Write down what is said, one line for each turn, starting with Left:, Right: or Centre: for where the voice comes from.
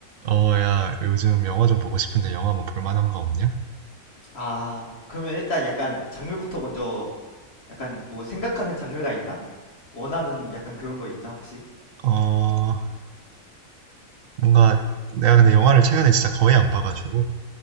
Right: 어, 야, 요즘 영화 좀 보고 싶은데 영화 뭐 볼만한 거 없냐?
Left: 아, 그러면 일단 약간 장르부터 먼저 약간 뭐 생각하는 장르가 있나? 원하는 약간 그런 거 있나 혹시?
Right: 어, 뭔가 내가 근데 영화를 최근에 진짜 거의 안 봐가지고